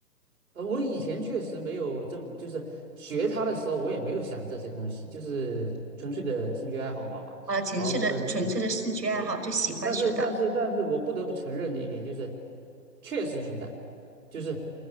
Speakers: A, on the right; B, on the right.
A: 呃，我以前确实没有这么，就是学它的时候，我也没有想这些东西，就是纯粹的兴趣爱好嘛。
B: 啊？情绪的纯粹的兴趣爱好，
A: 然后个人。对，
B: 就喜欢学的。
A: 但是但是但是我不得不承认的一点就是，确实存在，就是，